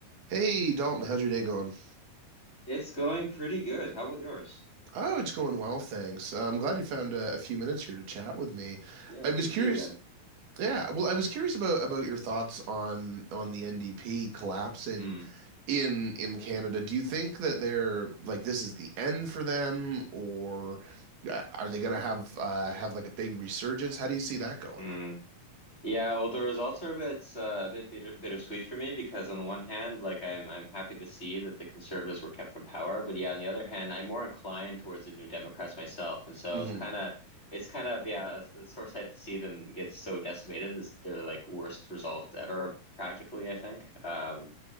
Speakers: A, on the right; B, on the left.
A: Hey Dalton, how's your day going?
B: It's going pretty good. How about yours?
A: Oh, it's going well, thanks. Uh, I'm glad you found uh, a few minutes here to chat with me.
B: Yeah, it's
A: I was
B: good to
A: curious,
B: see you again.
A: yeah, well, I was curious about about your thoughts on on the NDP collapsing
B: Mm,
A: in in Canada. Do you think that they're like this is the end for them, or uh, are they gonna have uh, have like a big resurgence? How do you see that going?
B: mm. Yeah, well, the results are a bit, uh, a bit bitter, bittersweet for me because on the one hand, like I'm, I'm happy to see that the Conservatives were kept from power, but yeah, on the other hand, I'm more inclined towards the New Democrats myself, and so
A: Mm-hmm.
B: it's kind of, it's kind of, yeah, it's, it's sore sight to see them get so decimated. It's their like worst result ever, practically, I think. Um,